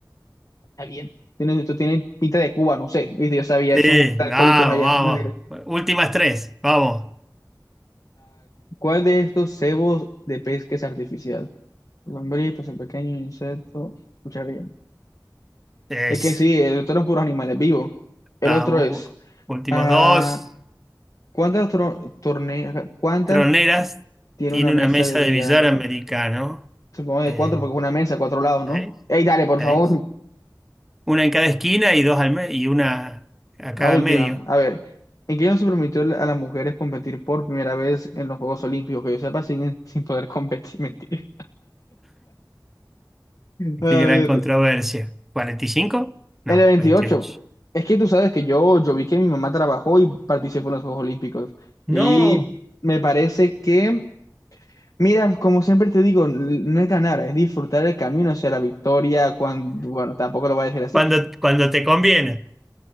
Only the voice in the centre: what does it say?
Sí,
vamos,
vamos. Últimas tres, vamos.
Es,
vamos.
Últimos
dos.
Troneras
tiene
una mesa
de billar
americano.
eh,
¿sabés?
¿sabés?
Una en cada esquina y dos al me- y una a
cada
medio.
Qué gran
controversia. ¿45? No,
veintiocho.
No,
cuando, cuando te conviene.